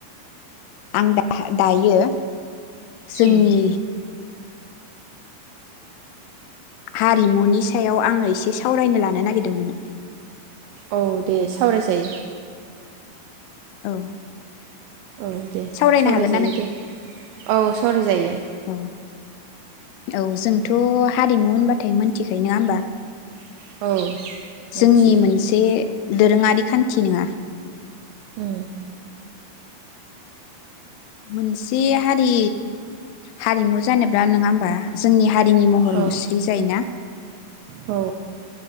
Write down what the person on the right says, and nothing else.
उम
औ दे सावरायजायो
औ दे
सावरायजायो
दे औ सावराय जायो।
औ मिथियो
उम
औ
औ